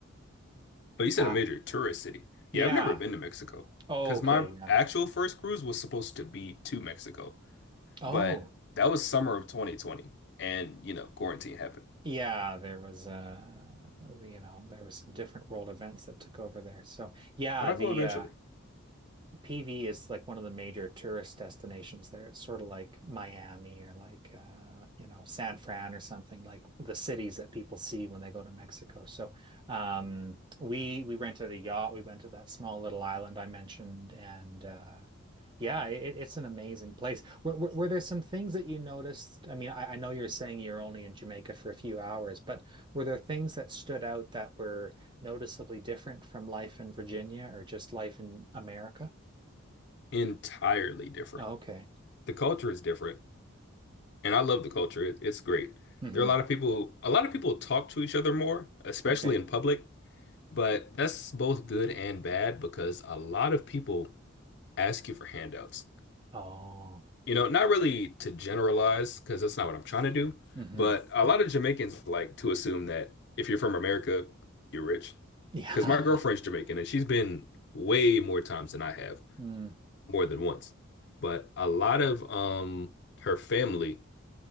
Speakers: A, on the left; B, on the right.
A: Oh, you said
B: uh,
A: a major tourist city. Yeah,
B: yeah.
A: I've never been to Mexico
B: Oh,
A: because
B: okay,
A: my
B: yeah.
A: actual first cruise was supposed to be to Mexico,
B: Oh,
A: but that was summer of 2020 and, you know, quarantine happened.
B: yeah. There was uh, you know, there was some different world events that took over there. So yeah,
A: But I'll
B: the
A: go eventually.
B: uh PV is like one of the major tourist destinations there. It's sort of like Miami or like uh, you know, San Fran or something like the cities that people see when they go to Mexico. So um we we rented a yacht. We went to that small little island I mentioned and uh yeah, it, it's an amazing place. Were, were, were there some things that you noticed? I mean, I, I know you're saying you're only in Jamaica for a few hours, but were there things that stood out that were noticeably different from life in Virginia or just life in America?
A: Entirely different.
B: Oh, okay.
A: The culture is different, and I love the culture. It, it's great.
B: hmm
A: There are a lot of people, a lot of people talk to each other more, especially
B: Okay.
A: in public, but that's both good and bad because a lot of people ask you for handouts.
B: Oh.
A: You know, not really to generalize, because that's not what I'm trying to do,
B: hmm
A: but a lot of Jamaicans like to assume that if you're from America, you're rich.
B: Yeah.
A: Because my girlfriend's
B: <laughs>
A: Jamaican and she's been way more times than I have,
B: Mm.
A: more than once. But a lot of um her family